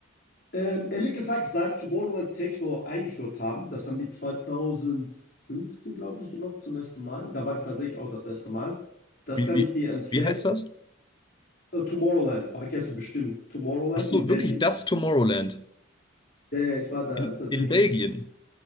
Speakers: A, on the left (about 50°); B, on the left (about 20°).
A: Ähm, ehrlich gesagt, seit Tomorrowland Techno eingeführt haben, das haben die 2015, glaube ich, gemacht zum ersten Mal. Da war ich tatsächlich auch das erste Mal. Das
B: Wie,
A: kann
B: wie,
A: ich dir empfehlen.
B: wie heißt das?
A: Äh, Tomorrowland, aber kennst du bestimmt Tomorrowland
B: Ach so,
A: in Belgien.
B: wirklich das Tomorrowland
A: Ja, ja, ich war da
B: in,
A: tatsächlich
B: in Belgien?